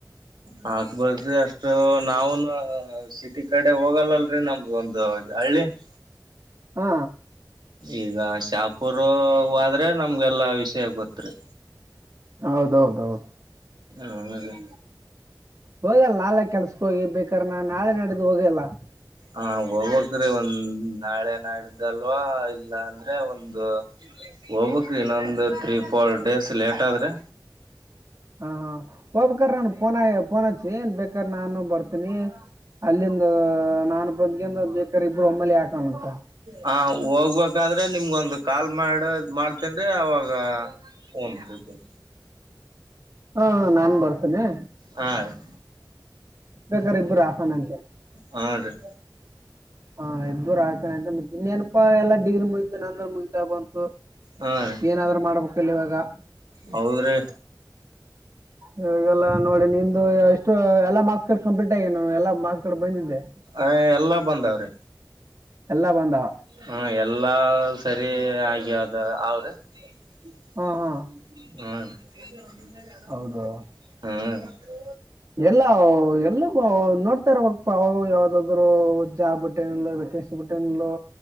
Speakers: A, on the right (about 75°); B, on the right (about 45°).
A: ಹಾಕ್ಬೇಕ್ರಿ ಅಷ್ಟು ನಾವುನು ಸಿಟಿ ಕಡೆ ಹೋಗಲ್ಲಲ್ರಿ ನಮ್ದ ಒಂದು. ಹಳ್ಳಿದ್.
B: ಹಾ
A: ಈಗ ಶಾಪುರ ಹೊದ್ರೆ ನಮ್ಗೆಲ್ಲಾ ವಿಷಯ ಗೊತ್ತ ರಿ.
B: ಹೌದ ಹೌದ ಹೌದ.
A: ಆಮೇಲೆ.
B: ಹೋಗಲ್ಲ ನಾಳೆ ಕೆಲ್ಸಕ್ ಹೋಗಿ ಬೇಕಾರ್ ನಾ ನಾಳೆ ನಾಡಿದು ಹೋಗಲ್ಲ.
A: ಹ ಹೋಗಕ್ರಿ ಒಂದ್ ನಾಳೆ ನಾಡಿದ್ದಲ್ವಾ ಇಲ್ಲಾ ಅಂದ್ರೆ ಒಂದು ಹೋಗ್ಬೇಕ್ರಿ ಇನ್ನೊಂದು ತ್ರೀ ಫೋರ್ ಡೇಸ್ ಲೇಟ್ ಆದ್ರೆ.
B: ಹಾ ಹೋಗ್ಬೇಕಾರ ನನ್ ಪೋನ ಪೋನಚ್ಚಿ ಏನ್ ಬೇಕಾರ ನಾನು ಬರ್ತೀನಿ. ಅಲ್ಲಿಂದ ನಾನ್ ಬಂದಗಿಂದ ಬೇಕಾರ ಇಬ್ರು ಒಮ್ಮಲಿ ಹಾಕಣಂತ.
A: ಹಾ ಹೋಗ್ಬೇಕಾದ್ರೆ ನಿಮ್ಗೊಂದು ಕಾಲ್ ಮಾಡ ಮಾಡ್ತೇನ್ಡ್ರಿ ಅವಾಗ. ಫೋನ್ ಬಿಡ.
B: ಹಾ ಹಾ ನಾನ್ ಬರ್ತೇನಾ.
A: ಹಾ ರಿ.
B: ಬೇಕಾರ ಇಬ್ಬರು ಹಾಕನ ಅಂತೆ.
A: ಹುಂಡ್ರಿ.
B: ಹಾ ಇಬ್ಬರು ಹಾಕನಂತ ಮತ್ತ ಇನ್ನೆನ ಪಾ ಎಲ್ಲಾ ಡೀಲ್ ಮುಗತ ನಂದು ಮುಗಿತಾಬಂತು.
A: ಹಾ ರೀ
B: ಏನಾದ್ರೂ ಮಾಡ್ಬೇಕಿಲ್ಲ ಇವಾಗಾ.
A: ಹೌದ್ರಿ.
B: ಹ ಎಲ್ಲಾ ನೋಡಿ ನಿಂದು ಎಷ್ಟು ಎಲ್ಲಾ ಮತ್. ಕಡ ಕಂಪ್ಲೀಟ್ ಆಗಿನ ನಾನು ಎಲ್ಲ ಮಾಸ್ಕಾರ್ಡ್ ಬಂದಿದ್ದೆ.
A: ಐ ಎಲ್ಲಾ ಬಂದಾವ್ರಿ.
B: ಎಲ್ಲಾ ಬಂದಾವ
A: ಹು ಎಲ್ಲಾ ಸರಿ ಆಗವದ ಅವ್ರಿ. ಹು
B: ಹಾ ಹಾ
A: ರಿ ಹು
B: ಹೌದು
A: ರಿ.
B: ಇಲ್ಲಾ ಎಲ್ಲಾನು ನೋಡ್ತಾ ಇರ್ಬೇಕಪಾ ಯಾವ್ದ ಬ್ರೂ ಜಾಬ್ ಬಿಟ್ಟೇನಿಲ್ಲೋ ವೆಕೆಸಿ ಬಿಟ್ಟೇನಿಲ್ಲೋ